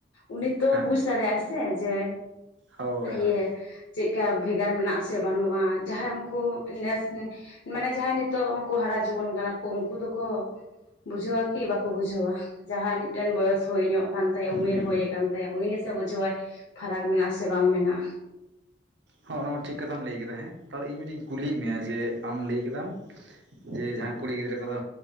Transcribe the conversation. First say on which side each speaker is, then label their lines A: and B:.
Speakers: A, on the left; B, on the right.
A: ᱩᱱᱤ ᱛᱚ
B: ᱦᱮᱸ
A: ᱵᱩᱡᱽ ᱫᱟᱲᱮᱭᱟᱜᱼᱟ ᱥᱮ ᱡᱮ
B: ᱦᱳᱭ
A: ᱤᱭᱟᱹ
B: ᱦᱳᱭ
A: ᱪᱮᱫᱠᱟ ᱵᱷᱮᱜᱟᱨ ᱢᱮᱱᱟᱜ ᱟ ᱥᱮ ᱵᱟᱹᱱᱩᱜᱼᱟ ᱡᱟᱦᱟᱸᱭ ᱩᱱᱠᱩ ᱱᱮᱥ ᱢᱟᱱᱮ ᱡᱟᱦᱟᱸᱭ ᱱᱤᱛᱚᱜ ᱠᱚ ᱦᱟᱨᱟ ᱡᱩᱣᱟᱹᱱ ᱠᱟᱱᱟ ᱠᱚ ᱩᱱᱠᱩ ᱫᱚᱠᱚ ᱵᱩᱡᱷᱟᱹᱣᱟ ᱠᱤ ᱵᱟᱠᱚ ᱵᱩᱡᱷᱟᱹᱣ ᱟ ᱡᱟᱦᱟᱸᱭ ᱢᱤᱫᱴᱮᱱ ᱵᱚᱭᱮᱥ ᱦᱳᱭ ᱧᱚᱜ ᱠᱟᱱ ᱛᱟᱭᱟ ᱩᱢᱮᱨ
B: ᱦᱩᱸ
A: ᱦᱳᱭ ᱟᱠᱟᱱ ᱛᱟᱭᱟ ᱩᱱᱤ ᱜᱮᱥᱮ ᱵᱩᱡᱷᱟᱹᱣᱟᱭ ᱯᱷᱟᱨᱟᱠ ᱢᱮᱱᱟᱜ ᱟ ᱥᱮ ᱵᱟᱝ ᱢᱮᱱᱟᱜᱼᱟ
B: ᱦᱮᱸ ᱚᱱᱟ ᱢᱟ ᱴᱷᱤᱠ ᱠᱟᱛᱷᱟᱢ ᱞᱟᱹᱭ ᱠᱮᱫᱟ ᱦᱮᱸ ᱛᱟᱦᱞᱮ ᱤᱧ ᱢᱤᱫᱴᱤᱡ ᱤᱧ ᱠᱩᱞᱤᱭᱮᱫ ᱢᱮᱭᱟ ᱡᱮ ᱟᱢ ᱞᱟᱹᱭ ᱠᱮᱫᱟᱢ ᱡᱮ ᱡᱟᱦᱟᱸᱭ ᱠᱩᱲᱤ ᱜᱤᱫᱽᱨᱟᱹ ᱠᱚᱫᱚ